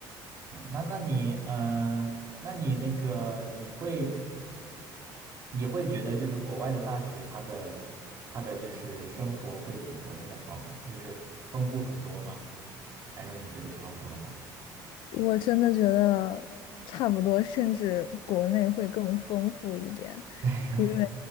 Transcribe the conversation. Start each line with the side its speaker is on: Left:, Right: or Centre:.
Right: 嗯，那那你嗯、呃那你那个你会你会觉得就是国外的大学它的它的就是生活会比国内的好很，就是丰富很多吗？还是说你觉得差不多呢？
Left: 我真的觉得差不多，甚至国内会更丰富一点，
Right: <laughs> 没有
Left: 因为